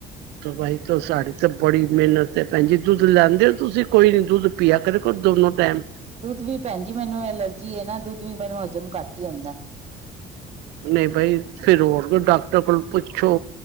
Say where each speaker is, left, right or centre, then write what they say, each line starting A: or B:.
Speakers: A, on the right (about 85°); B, on the right (about 40°).
A: ਬਾਈ ਤੋ ਸਾਡੀ ਤੇ ਬੜੀ ਮੇਨਤ ਏ ਭੈਣਜੀ ਦੁੱਧ ਲੈਂਦੇ ਓ ਤੁਸੀਂ ਕੋਈ ਨੀ ਦੁੱਧ ਪੀਆ ਕਰੇ ਕੋ ਦੋਨੋ ਟੈਮ
B: ਦੁੱਧ ਵੀ ਭੈਣ ਜੀ ਮੈਨੂੰ ਐਲਰਜੀ ਐ ਨਾ ਦੁੱਧ ਵੀ ਮੈਨੂੰ ਹਜ਼ਮ ਘੱਟ ਈ ਹੋਂਦੈ।
A: ਨਹੀਂ ਬਈ ਫਿਰ ਹੋਰ ਕੋਈ ਡਾਕਟਰ ਕੋਲ ਪੁੱਛੋ।